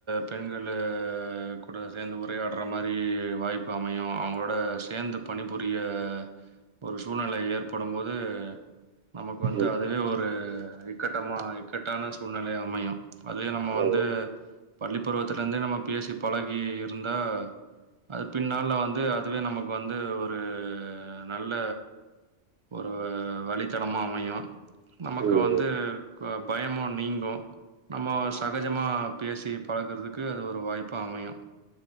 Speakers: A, on the right (about 30°); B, on the right (about 75°).
A: பெண்களு கூட சேந்து உரையாட் ற மாரி வாய்ப்பு அமையு அவங்களோட சேந்து பணிபுரிய ஒரு சூழ்நிலை ஏற்படும்போது நமக்கு வந்து
B: ம்
A: அதுவே ஒரு இக்கட்டமா இக்கட்டான சூழ் நிலை அமையு அதே நம்ம வந்து
B: ஆமா
A: பள்ளிப்பருவத்துலந்தே நம்ம பேசி பழகி இருந்தா அது பின்னால்ல வந்து அதுவே நமக்கு வந்து ஒரு நல்ல ஒரு வழித்தடமா அமையு நமக்கு
B: ம்
A: வந்து க பயமு நீங்கு நம்ம சகஜமா பேசி பழக்குறதுக்கு அது ஒரு வாய்ப்பு அமையு